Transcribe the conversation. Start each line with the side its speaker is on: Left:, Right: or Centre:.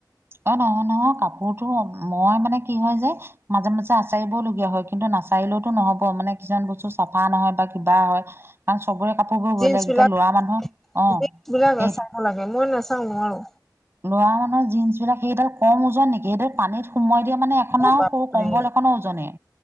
Right: অ', নহয় নহয় কাপোৰটো, মই মানে কি হয় যে মাজে মাজে আচাৰিবও লগীয়া হয় কিন্তু নাচাৰিলওতো নহব ক, মানে কিছুমান বস্তু চাফা নহয় বা কিবা হয়। কাৰণ চবৰে কাপোৰবোৰ
Centre: জিন্চ
Right: বেলেগ।
Centre: বিলাক
Right: এতিয়া লৰা মানুহ। অ'।
Centre: জিন্চ বিলাক
Right: এই
Centre: এ চাব লাগে মই নাচাওঁ নোৱাৰো
Right: লৰা মানুহৰ জিন্চ বিলাক সেইডাল কম ওজন নেকি সেইডাল পানীত সোমোৱাই দিয়া মানে এখন
Centre: অ
Right: আৰু
Centre: বাপৰে
Right: সৰু কম্বল এখনো ওজনেই